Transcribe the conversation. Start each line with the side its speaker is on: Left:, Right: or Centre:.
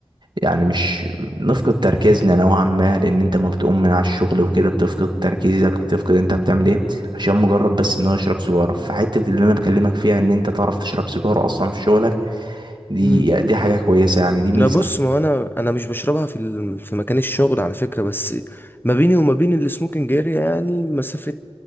Right: يعني مش نفقد تركيزنا نوعا ما لان انت ما بتقوم من على الشغل وكده بتفقد تركيزك بتفقد انت بتعمل ايه عشان مجرد بس ان هو يشرب سيجاره فحته اللي انا بكلمك فيها ان انت تعرف تشرب سيجاره اصلا في شغلك دي
Left: امم
Right: دي حاجة كويسة يعني دي
Left: لا
Right: ميزة
Left: بص
Right: في-
Left: ما هو انا انا مش بشربها في ال- في مكان الشغل على فكره بس ما بيني وما بين السموكنج اريا يعني مسافه